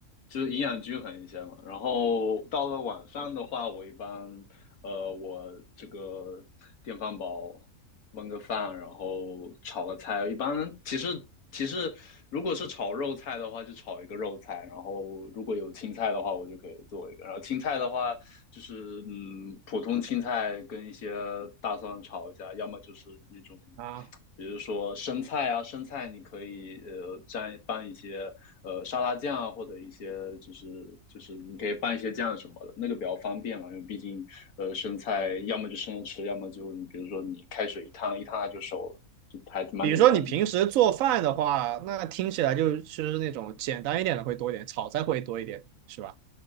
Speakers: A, on the left; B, on the right.
A: 就是营养均衡一些嘛，然后到了晚上的话，我一般呃我这个电饭煲焖个饭，然后炒个菜，一般其实其实如果是炒肉菜的话，就炒一个肉菜，然后如果有青菜的话，我就可以做一个，然后青菜的话就是嗯普通青菜跟一些大蒜炒一下，要么就是那种。
B: 啊，
A: 比如说生菜啊，生菜你可以呃蘸拌一些呃沙拉酱啊，或者一些就是就是你可以拌一些酱什么的，那个比较方便嘛，因为毕竟呃生菜要么就生着吃，要么就你比如说你开水一烫一烫它就熟了，就还蛮简单的。
B: 比如说你平时做饭的话，那听起来就是那种简单一点的会多一点，炒菜会多一点，是吧？